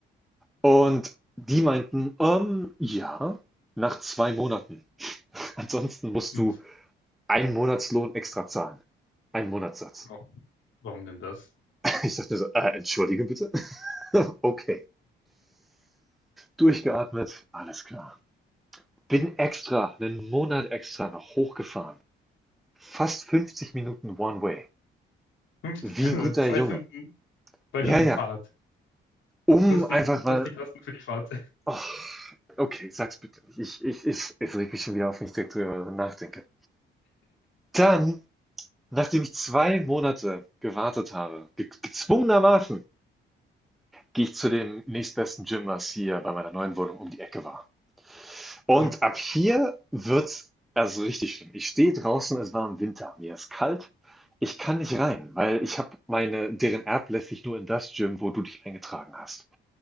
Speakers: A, in the centre; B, on the left.
A: Und die meinten, ähm, ja, nach zwei Monaten. <laughs> Ansonsten musst
B: Hm,
A: du einen Monatslohn extra zahlen. Einen Monatssatz.
B: wa- Warum denn das?
A: <laughs> Ich dachte mir so, äh, entschuldige bitte. <laughs> Okay. Durchgeatmet, alles klar. Bin extra, einen Monat extra noch hochgefahren Fast fünfzig Minuten One Way.
B: Fünf,
A: Wie
B: <laughs> also
A: ein guter
B: zwei
A: Junge.
B: Stunden, zwei
A: Ja,
B: Stunden
A: ja.
B: Fahrt.
A: Um
B: Plus die,
A: einfach
B: plus
A: mal
B: die Kosten für die Fahrt. <laughs>
A: Oh, okay, sag's bitte nicht. Ich ich es es regt mich schon wieder auf, wenn ich direkt drüber nachdenke. Dann, nachdem ich 2 Monate gewartet habe, ge gezwungenermaßen, gehe ich zu dem nächstbesten Gym, was hier bei meiner neuen Wohnung um die Ecke war. Und
B: Ja.
A: ab hier wird's also richtig schlimm. Ich stehe draußen, es war im Winter, mir ist kalt. Ich kann nicht rein, weil ich habe meine, deren App lässt sich nur in das Gym, wo du dich eingetragen hast.